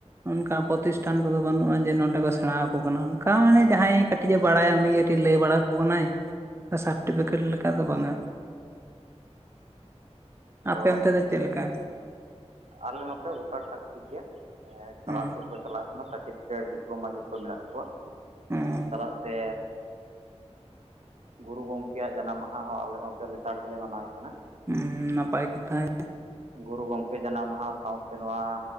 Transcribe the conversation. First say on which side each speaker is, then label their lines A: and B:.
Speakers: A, on the right; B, on the right.
A: ᱚᱱᱠᱟ ᱯᱨᱚᱛᱤᱥᱴᱷᱟᱱ ᱠᱚᱫᱚ ᱵᱟᱹᱱᱩᱜᱼᱟ ᱡᱮ ᱱᱚᱸᱰᱮ ᱠᱚ ᱥᱮᱬᱟ ᱟᱠᱚ ᱠᱟᱱᱟ ᱚᱱᱠᱟ ᱢᱟᱱᱮ ᱡᱟᱦᱟᱸᱭ ᱠᱟᱹᱴᱤᱡ ᱮ ᱵᱟᱲᱟᱭᱟ ᱩᱱᱤ ᱠᱟᱹᱴᱤᱡ ᱞᱟᱹᱭ ᱵᱟᱲᱟ ᱟᱠᱚ ᱠᱟᱱᱟᱭ ᱚᱱᱠᱟ ᱥᱟᱨᱴᱤᱯᱷᱤᱠᱮᱴ ᱞᱮᱠᱟ ᱫᱚ ᱵᱟᱝᱟ
B: ᱟᱫᱚ
A: ᱟᱯᱮ ᱚᱱᱛᱮ ᱫᱚ ᱪᱮᱫᱞᱮᱠᱟ
B: ᱟᱞᱮ ᱱᱚᱛᱮ ᱜᱚᱴᱟ ᱴᱷᱟᱠ ᱴᱷᱤᱠ ᱜᱮᱭᱟ ᱠᱞᱟᱥ
A: ᱚ
B: ᱨᱮᱠᱚ ᱪᱟᱞᱟᱜ ᱠᱟᱱᱟ ᱥᱟᱨᱴᱤᱯᱷᱤ ᱰᱤᱯᱞᱳᱢᱟ ᱡᱚᱛᱚ ᱢᱮᱱᱟᱜ ᱛᱟᱠᱚᱣᱟ
A: ᱚ
B: ᱪᱟᱞᱟᱜ ᱛᱮ ᱜᱩᱨᱩ ᱜᱚᱢᱠᱮᱭᱟᱜ ᱡᱟᱱᱟᱢ ᱢᱟᱦᱟ ᱦᱚᱸ ᱟᱞᱮ ᱱᱚᱛᱮ ᱞᱮᱛᱟᱲ ᱜᱮᱞᱮ ᱢᱟᱱᱟᱣᱮᱫ ᱠᱟᱱᱟ
A: ᱩᱸ ᱱᱟᱯᱟᱭ ᱠᱟᱛᱷᱟ ᱜᱮ᱾
B: ᱜᱩᱨᱩ ᱜᱚᱢᱠᱮ ᱡᱟᱱᱟᱢ ᱢᱟᱦᱟ ᱥᱟᱶᱛᱮ ᱱᱚᱣᱟ